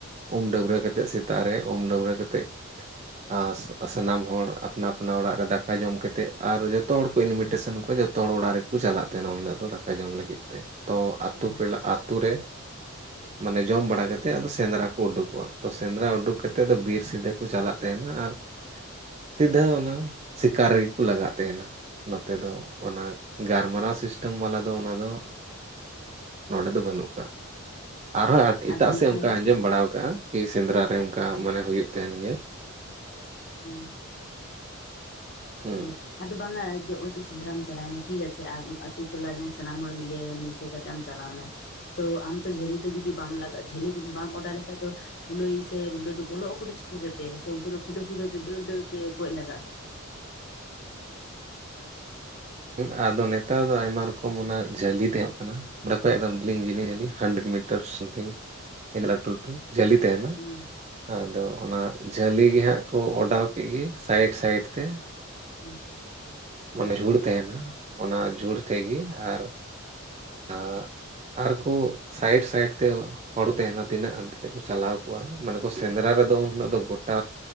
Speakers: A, on the right; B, on the left.
A: ᱩᱢ ᱰᱟᱹᱵᱽᱨᱟᱹ ᱠᱟᱛᱮᱜ ᱥᱮᱛᱟᱜ ᱨᱮ ᱩᱢ ᱰᱟᱹᱵᱨᱟᱹ ᱠᱟᱛᱮᱫ ᱟᱨ ᱟᱥᱟᱱᱟᱢ ᱦᱚᱲ ᱟᱯᱱᱟ ᱟᱯᱱᱟ ᱚᱲᱟᱜ ᱨᱮ ᱫᱟᱠᱟ ᱡᱚᱢ ᱠᱟᱛᱮᱫ ᱟᱨ ᱡᱚᱛᱚ ᱦᱚᱲ ᱠᱚ ᱤᱱᱵᱷᱤᱴᱮᱥᱚᱱ
B: ᱦᱩᱸ
A: ᱠᱚᱣᱟ ᱡᱚᱛᱚ ᱦᱚᱲ ᱚᱲᱟᱜ ᱨᱮᱠᱚ ᱪᱟᱞᱟᱜ ᱛᱟᱦᱮᱱᱟ ᱩᱱ ᱦᱤᱞᱳᱜ ᱫᱚ ᱫᱟᱠᱟ ᱡᱚᱢ ᱞᱟᱹᱜᱤᱫ ᱛᱮ ᱛᱚ ᱟᱛᱩ
B: ᱦᱩᱸ
A: ᱯᱮᱲᱟ ᱟᱛᱩ ᱨᱮ ᱢᱟᱱᱮ ᱡᱚᱢ ᱵᱟᱲᱟᱠᱟᱛᱮᱫ ᱟᱫᱚ ᱥᱮᱸᱫᱽᱨᱟ ᱠᱚ ᱩᱰᱩᱠᱚᱜ-ᱟ ᱛᱚ ᱥᱮᱸᱫᱽᱨᱟ ᱩᱰᱩᱠ ᱠᱟ ᱠᱟᱛᱮᱫ ᱫᱚ ᱵᱤᱨ ᱥᱮᱫᱷᱟᱹ ᱠᱚ ᱪᱟᱞᱟᱜ ᱛᱟᱦᱮᱱᱟ ᱟᱨ
B: ᱦ <unintelligible>
A: ᱥᱤᱫᱷᱟᱹ ᱚᱱᱟ ᱥᱤᱠᱟᱨ ᱨᱮᱜᱮ ᱠᱚ ᱞᱟᱜᱟᱜ ᱛᱟᱦᱮᱱᱟ ᱱᱚᱛᱮ ᱫᱚ ᱚᱱᱟ ᱜᱟᱞᱢᱟᱨᱟᱣ ᱥᱤᱥᱴᱮᱢ ᱵᱟᱞᱟ ᱫᱚ ᱚᱱᱟ ᱫᱚ ᱱᱚᱸᱰᱮ ᱫᱚ ᱵᱟᱹᱱᱩᱜ ᱟᱠᱟᱫᱟ ᱟᱨᱚ ᱮᱴᱟᱜ
B: ᱟᱫᱚ ᱦᱮᱸ
A: ᱥᱮᱫ
B: ᱚᱱᱟ
A: ᱚᱱᱠᱟ
B: ᱢᱟ
A: ᱟᱸᱡᱚᱢ
B: ᱴᱷᱤᱠ
A: ᱵᱟᱲᱟ ᱠᱟᱜ-ᱟ ᱠᱤ ᱥᱮᱸᱫᱽᱨᱟ ᱨᱮ ᱚᱱᱠᱟ
B: ᱦᱩᱸ
A: ᱢᱟᱱᱮ ᱦᱩᱭᱩᱜ ᱛᱟᱦᱮᱱ ᱜᱮᱭᱟ
B: ᱦᱩᱸ
A: ᱦᱩᱸ
B: ᱚ ᱟᱫᱚ ᱵᱟᱝᱟ ᱱᱚᱜ-ᱚᱭ ᱡᱮ ᱥᱮᱸᱫᱽᱨᱟᱢ ᱪᱟᱞᱟᱣᱮᱱᱟ ᱴᱷᱤᱠ ᱜᱮᱭᱟ ᱥᱮ ᱟᱨ ᱟᱹᱛᱩ ᱴᱚᱞᱟᱨᱮᱱ ᱥᱟᱱᱟᱢ ᱦᱚᱲ ᱢᱤᱞᱮ ᱢᱤᱥᱮ ᱠᱟᱛᱮ ᱮᱢ ᱪᱟᱞᱟᱣᱱᱟ ᱛᱚ ᱟᱢ ᱛᱚ ᱡᱷᱟᱹᱞᱤ ᱛᱮ ᱡᱩᱫᱤ ᱵᱟᱢ ᱞᱟᱜᱟᱜᱼᱟ ᱡᱷᱟᱹᱞᱤ ᱵᱟᱢ ᱚᱰᱟᱣ ᱞᱮᱠᱷᱟᱡ ᱫᱚ, ᱠᱩᱞᱟᱹᱭ ᱥᱮ ᱨᱩᱸᱰᱟᱹ ᱫᱚ ᱵᱚᱞᱚᱜ ᱟᱠᱚ ᱫᱚ ᱪᱤᱠᱟᱹ ᱠᱟᱛᱮ ᱥᱮ ᱩᱱᱠᱩ ᱫᱚ ᱠᱷᱩᱫᱟᱹᱣ ᱠᱷᱩᱫᱟᱹᱣ ᱛᱮ ᱫᱟᱹᱲ ᱫᱟᱹᱲ ᱛᱮ ᱜᱚᱡ ᱞᱟᱜᱟᱜ-ᱟ᱾ <inaudible>
A: ᱦᱮᱸ ᱟᱫᱚ ᱱᱮᱛᱟᱨ ᱫᱚ ᱟᱭᱢᱟ ᱨᱚᱠᱚᱢ ᱚᱱᱟ ᱡᱷᱟᱹᱞᱤ ᱛᱟᱦᱮᱸᱜ ᱠᱟᱱᱟ ᱚᱸᱰᱮ ᱠᱷᱚᱡ ᱮᱠᱚᱢ ᱡᱤᱞᱤᱝ ᱡᱤᱞᱤᱝ ᱡᱷᱟᱹᱞᱤ ᱦᱟᱱᱰᱮᱨᱮᱰ ᱢᱤᱴᱟᱨ ᱥᱟᱢᱛᱷᱤᱝ ᱞᱟᱹᱴᱩ ᱞᱟᱹᱴᱩ ᱡᱷᱟᱹᱞᱤ ᱛᱟᱦᱮᱱᱟ
B: ᱦᱩᱸ
A: ᱟᱫᱚ ᱚᱱᱟ ᱡᱷᱟᱹᱞᱤ ᱜᱮ ᱦᱟᱸᱜ ᱠᱚ ᱚᱰᱟᱣ ᱠᱮᱫ ᱜᱮ ᱥᱟᱭᱤᱰ ᱥᱟᱭᱤᱰ ᱛᱮ
B: ᱦᱩᱸ ᱦᱩᱸ
A: ᱢᱟᱱᱮ ᱡᱷᱩᱲ ᱛᱟᱦᱮᱱᱟ ᱚᱱᱟ ᱡᱷᱩᱲ ᱛᱮᱜᱮ ᱟᱨ ᱟ ᱟᱨᱠᱩ ᱥᱟᱭᱤᱰ ᱥᱟᱭᱤᱰ ᱛᱮ ᱦᱚᱲ ᱛᱟᱦᱮᱱᱟ ᱛᱤᱱᱟᱹᱜ ᱦᱟᱱᱛᱮ ᱛᱮᱠᱚ ᱪᱟᱞᱟᱣ ᱠᱚᱜ-ᱟ ᱢᱟᱱᱮ ᱠᱚ ᱥᱮᱸᱫᱽᱨᱟ ᱨᱮᱫᱚ ᱩᱱ ᱦᱤᱞᱳᱜ ᱫᱚ ᱜᱚᱴᱟ